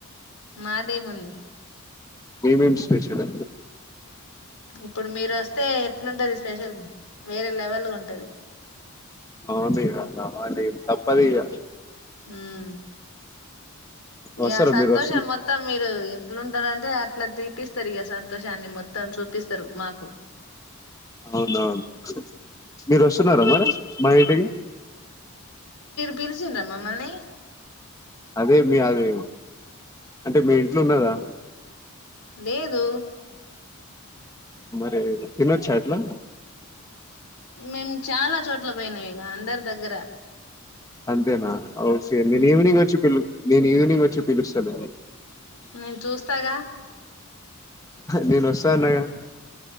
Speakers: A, on the left; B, on the left.
A: మాదేమి ఉంది
B: మీదెం స్పెషల్
A: ఇప్పుడు మీరు వస్తే ఎట్లుంటది స్పెషల్ వేరే లెవెల్గా ఉంటది
B: ఆ మీర రావాలి తప్పది ఇగ
A: హ్మ్ ఇగ
B: వస్తారా
A: సంతోషం
B: మీరు వస్తున్న
A: మొత్తం మీరు ట్లుంటారంటే అట్లా ట్రీటిస్తారు ఇక సంతోషాన్ని మొత్తం చూపిస్తారు మాకు
B: అవునవును మీరు వస్తున్నారా మరి మా ఇంటికి
A: పిల్చిండ్ర మమ్మల్ని
B: అదే మీ అదే అంటే మీ ఇంట్లో ఉన్నరా
A: లేదు
B: మరి పిలచ్చా అట్లా
A: మేము చాలా చోట్ల పోయినాం ఇగ అందరి దగ్గర
B: అంతేనా ఓకే
A: ఉమ్
B: నేను ఈవినింగ్ వచ్చి పిలు నేను ఈవినింగ్ వచ్చి పిలుస్తాను అండి
A: నేను చూస్తాగా
B: నేను వస్తా అన్నాగా